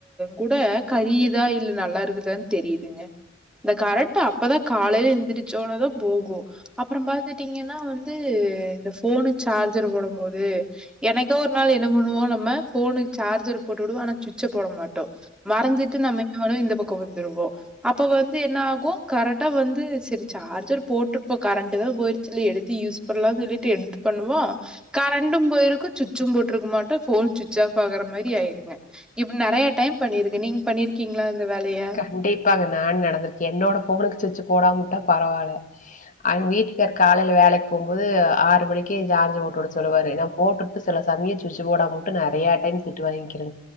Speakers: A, in the centre; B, on the left (about 40°).
A: கூட கரியுதா இல்ல நல்லா இருக்குதா தெரியுதுங்க இந்த கரெக்ட் அப்பதா காலேல எந்திரிச்சோனதா போகோ அப்புற பாத்துட்டீங்கன்னா வந்து இந்த போனு சார்ஜர் போடும் போது எனைக்கோ ஒரு நாள் என்ன பண்ணுவோ நம்ம போனுக்கு சார்ஜர் போட்டு வுடுவோ ஆனா சுவிட்ச் போட மாட்டோ மறந்துட்டு நம்ம என்னவாறு இந்த பக்கம் வந்துருவோ அப்ப வந்து என்ன ஆகு கரட்டா வந்து சேரி சார்ஜர் போட்டுருப்போ கரண்ட் தா போயி ச்சி எடுத்து யூஸ் பண்ணலாம்னு சொல்லிட்டு எடுத்து பண்ணுவோ கரண்டும் போயிருக்கு சுவிட்சும் போட்டிருக்க மாட்டோ போன் சுவிட்ச் ஆஃப் ஆகுற மாரி ஆயிருங்க இப்டி நறைய டைம் பண்ணிருக்க நீங்க பண்ணிருக்கீங்களா இந்த வேலய
B: கண்டிப்பாங்க நா நடந்திருக்க என்னோட போனுக்கு சுச்சு போடாமுட்டா பரவாயில்ல அங்க வீட்டுக்காரு காலேல வேலைக்கு போபோது ஆறு மணிக்கே ஜார்ஜ் போட்டுட சொல்லுவாரு நா போட்டு சில சமய சுச்சி போடாமவுட்டு நெறைய டைம் திட்டு வாங்கிக்கிற